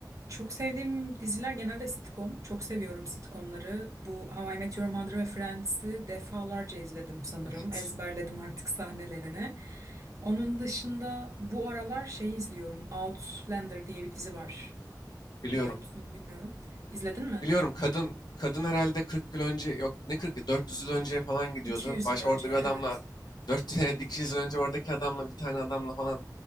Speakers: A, on the right; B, on the left.
A: Çok sevdiğim diziler genelde sitcom. Çok seviyorum sitcomları. Bu How I Met Your Mother ve Friends'i defalarca izledim sanırım.
B: Evet.
A: Ezberledim artık sahnelerini. Onun dışında bu aralar şeyi izliyorum. Outlander diye bir dizi var.
B: Biliyorum.
A: Biliyor musun bilmiyorum. İzledin mi?
B: Biliyorum kadın kadın herhalde 40 yıl önce yok ne 40 yıl 400 yıl önce falan gidiyordu.
A: 200
B: Baş
A: yıl önce
B: orada
A: evet.
B: bir adamla 4 <laughs> evet 200 yıl önce oradaki adamla bir tane adamla falan